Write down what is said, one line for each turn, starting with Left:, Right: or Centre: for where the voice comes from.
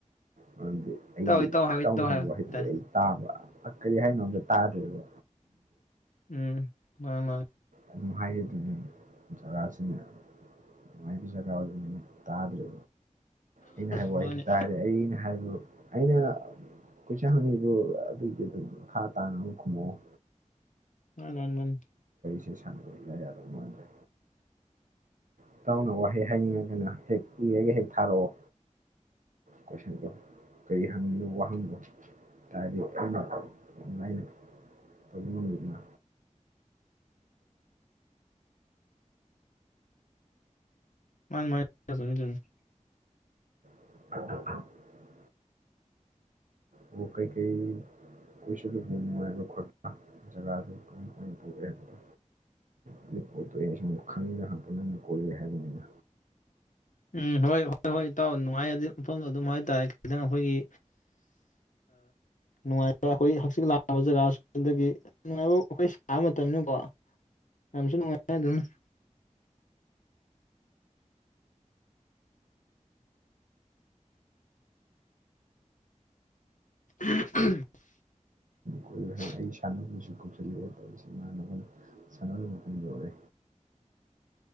Right: ꯃꯔꯝꯗꯤ ꯑꯩ
Left: ꯏꯇꯥꯎ ꯏꯇꯥꯎ
Right: ꯏꯇꯥꯎꯅ
Left: ꯍꯥꯏꯌꯣ ꯏꯇꯥꯎ
Right: ꯍꯥꯏꯕ
Left: ꯍꯥꯏꯌꯣ
Right: ꯋꯥꯍꯩꯗꯨꯗꯤ
Left: ꯇꯥꯏ
Right: ꯑꯩ ꯇꯥꯕ ꯀꯔꯤ ꯍꯥꯏꯅꯣ ꯑꯝꯇ ꯇꯥꯗ꯭ꯔꯦꯕ
Left: ꯎꯝ ꯃꯥꯅꯦ ꯃꯥꯅꯦ
Right: ꯑꯗꯨꯝ ꯍꯥꯏꯔꯤꯗꯨꯅꯤ ꯖꯒꯥꯁꯤꯅꯦ ꯅꯨꯡꯉꯥꯏꯕ ꯖꯒꯥ ꯑꯣꯏꯗ <unintelligible> ꯇꯥꯗ꯭ꯔꯦ ꯑꯩꯅ ꯍꯥꯏꯕ
Left: ꯃꯥꯅꯤ
Right: ꯋꯥꯍꯩꯁꯤ ꯇꯥꯔꯦ ꯑꯩꯅ ꯍꯥꯏꯕ ꯑꯩꯅ ꯀꯣꯏꯁꯟ ꯍꯪꯉꯤꯗꯨ ꯑꯗꯨꯒꯤ ꯑꯗꯨꯝ ꯃꯈꯥ ꯇꯥꯅ ꯑꯗꯨꯝ ꯈꯨꯝꯃꯛꯑꯣ
Left: <unintelligible>
Right: ꯏ ꯁꯥꯟꯅꯕꯗꯣ ꯏꯌꯥ ꯌꯥꯗꯧ ꯃꯥꯟꯗ꯭ꯔꯦ꯫ ꯏꯇꯥꯎꯅ ꯋꯥꯍꯩ ꯍꯥꯏꯅꯤꯡꯉꯒꯅ ꯍꯦꯛ ꯏꯔꯒ ꯍꯦꯛ ꯊꯥꯔꯛꯑꯣ ꯀꯣꯏꯁꯟꯗꯣ ꯀꯔꯤ ꯍꯪ <unintelligible> ꯅꯣ ꯋꯥꯍꯪꯗꯣ ꯍꯥꯏꯇꯥꯔꯗꯤ ꯑꯩꯅ ꯌꯥꯝ ꯂꯥꯏꯅ ꯇꯧꯕ ꯉꯝꯃꯤꯗꯅ꯫
Left: ꯃꯥꯅꯤ <unintelligible>
Right: <inaudible> ꯑꯣ ꯀꯩꯀꯩ ꯀꯣꯏꯁꯤꯂꯨꯒꯦ ꯅꯨꯡꯉꯥꯏꯕ ꯈꯣꯠꯄ ꯖꯒꯥꯗꯨ ꯀꯃꯥꯏ ꯀꯃꯥꯏ ꯇꯧꯋꯦ ꯍꯥꯏꯕꯗꯣ ꯑꯗꯨ ꯄꯣꯠꯇꯣ ꯑꯩꯅ ꯁꯨꯝ <unintelligible> ꯍꯥꯏꯕꯅꯤꯅ
Left: ꯎꯝ ꯍꯣꯏ ꯍꯣꯏ ꯍꯣꯏ ꯏꯇꯥꯎ ꯅꯨꯡꯉꯥꯏ ꯑꯗꯨ ꯃꯐꯝꯗꯣ ꯑꯗꯨꯝ ꯍꯥꯏꯇꯥꯔꯦ ꯈꯤꯇꯪ ꯑꯩꯈꯣꯏꯒꯤ ꯅꯨꯡꯉꯥꯏꯕ ꯑꯩꯈꯣꯏ ꯍꯛꯆꯤ ꯂꯥꯛꯕ ꯖꯒꯥ ꯑꯗꯨꯗꯒꯤ ꯅꯨꯡꯉꯥꯏꯕ ꯑꯩꯈꯣꯏ ꯁꯥꯕ ꯃꯇꯝꯅꯤꯅꯀꯣ ꯌꯥꯝꯁꯨ ꯅꯨꯡꯉꯥꯏ ꯑꯗꯨꯝ꯫ <unintelligible>
Right: ꯀꯣꯏꯔꯨꯏ ꯍꯥꯏꯕ ꯑꯩ ꯁꯥꯟꯅꯕꯁꯨ ꯀꯧꯁꯤꯜꯂꯦ ꯇꯧꯁꯤ ꯏꯃꯥꯅꯕꯅ ꯁꯥꯟꯅꯕ ꯃꯇꯝ ꯌꯧꯔꯦ꯫